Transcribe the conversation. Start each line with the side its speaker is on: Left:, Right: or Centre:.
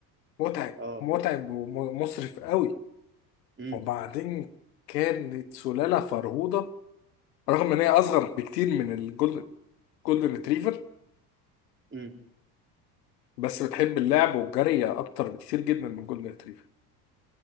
Left: متعب
Right: اه
Left: متعب ومصرف قوي
Right: امم
Left: وبعدين كانت سلاله فرهوده رغم ان هي اصغر بكتير من الجولدن جولدن ريتريفر
Right: امم
Left: بس بتحب اللعب والجري اكتر بكتير جدا من جولدن ريتريفر